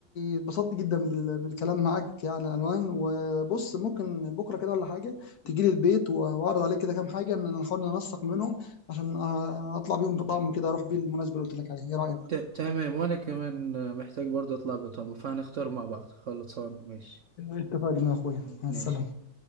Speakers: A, on the left (about 60°); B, on the right (about 60°).
A: اتبسطت جدا بال- بالكلام معاك عن الالوان وبص ممكن بكره كده ولا حاجه تجي لي البيت واعرض عليك كده كام حاجه ان نحاول ننسق منهم عشان آه، اطلع بيهم بطعم كده اروح بيه المناسبة اللي قلت لك عليها ايه رأيك؟
B: ت- تمام وانا كمان محتاج برضه اطلع بطعم فهنختار مع بعض خلصان ماشي
A: اتفقنا يا اخويا
B: ماشي
A: مع السلامة